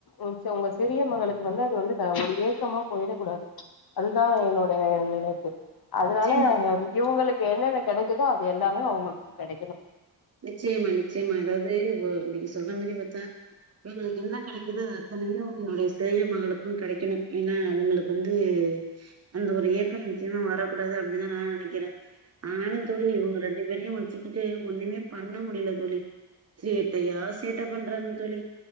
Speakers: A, on the left; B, on the right.
A: ஒன்ஸ் அவுங்க சிறிய மகளுக்கு வந்து அது வந்து க ஒரு ஏக்கமா போயிடக் கூடாது அதுதா என்னோடைய நெனைப்பு அதனால
B: நிச்சயமா
A: இவங்களுக் கு என்னென்ன கெடைக்குதோ அது எல்லாமே அவங்களுக் கெடைக்கணு
B: நிச்சயமா நிச்சயமா அதாவது ஓ நீங்க சொல்ற மாரி பாத்தா எங்களுகு என்ன கெடைக்குது அத்தனையு என்னுடைய பெரிய மகளுக்கு கெடைகணு ஏனா அவுங்களுக் வந்து அந்த ஒரு ஏக்கம் நிச்சயமா வரகூடாது அப்டினுதா நா நெனக்கிறே ஆனாலு தோழி இவங்க ரெண்டு பேரையு வச்சிகிட்டு ஒண்ணுமே பண்ண முடியல தோழி சேட்டையா சேட்ட பண்றாங்க தோழி்